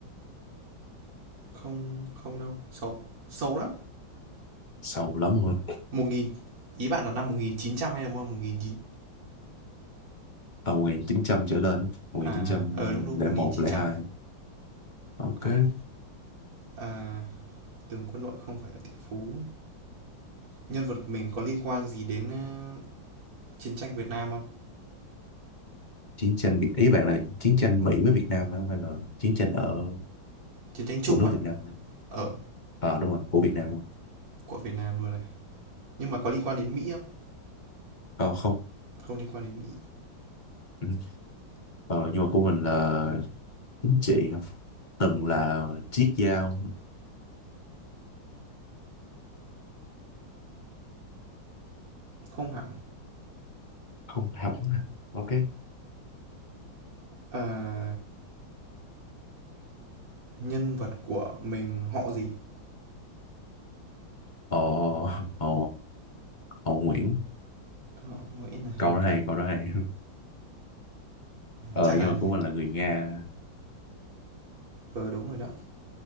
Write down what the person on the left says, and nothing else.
sâu lắm luôn
ở 1900 trở lên á. một
nghìn chín trăm
lẻ
một,
lẻ
hai ok
chiến tranh Việt ý bạn là chiến tranh Mỹ với Việt Nam phải không hay là chiến tranh ở
của nước
Việt Nam
ờ đúng rồi của Việt Nam luôn
ờ không
Ừ. ờ nhưng mà của mình là chính trị hả? từng là chiếc dao
không hẳn ok
ờ ờ ờ Nguyễn
câu
đó hay câu đó hay <laughs> ờ
nhưng mà của mình là người Nga